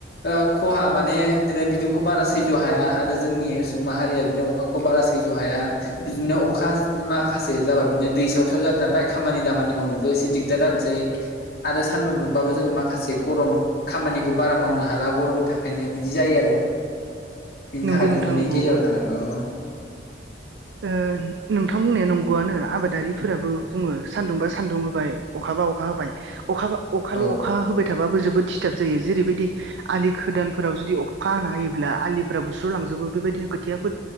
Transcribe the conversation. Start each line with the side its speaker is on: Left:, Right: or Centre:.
Left: ओ खहा माने बिदिनो बिदुंखौ बारा सैज्य हाया आरो जोंनि सुबुं माहारिया बिदिनो अखा बारा सैज'हाया। बिदिनो अखा माखासे जाबा बिदिनो दै साव साव जानो नालाय खामानि दामानि मावनो। बो एसे दिगदार जानोसै आरो सानदुं दुंबाबो जोङो माखासे गरम खामानिखौ बारा मावनो हाला गरमनि थाखायनो बिदि जायो आरो। बिनि
Right: नंगौ
Left: थाखायनो
Right: नोंथां
Left: मोननैनि
Right: नंगौ
Left: गेजेराव थानांगौ औ।
Right: ओ नोंथां बुंनाया नंगौआनो आबादारि फोराबो बुङो सानदुं बा सान्दुं होबाय अखाबा अखा होबाय अखाबा अखाल'
Left: औ
Right: अखा होबाय थाबाबो दिसटाब जायो। जेरैबायदि आलि खोदानफोराव जुदि अखा हाना होयोब्ला आलिफोरा बुस्रुलांजोबो बेबायदिनो खोथियाफोर